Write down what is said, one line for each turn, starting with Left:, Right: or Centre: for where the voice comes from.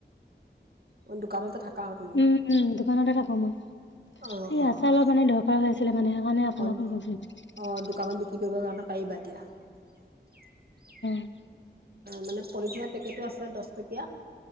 Right: অ দোকানতে থাকা আৰু তুমি
Left: উম উম দোকানতে থাকোঁ মই
Right: অ',
Left: সে
Right: অ',
Left: আচাৰ অলপ মানে দৰকাৰ হৈ আছিলে মানে সেইকাৰণে আপোনাক
Right: অ',
Left: ফোন কৰিছিলো
Right: অ', দোকানত বিক্ৰী কৰিবৰ কাৰণে পাৰিবা এতিয়া
Left: অ
Right: মানে পলিথিনৰ পেকেটো আছে দহ টকীয়া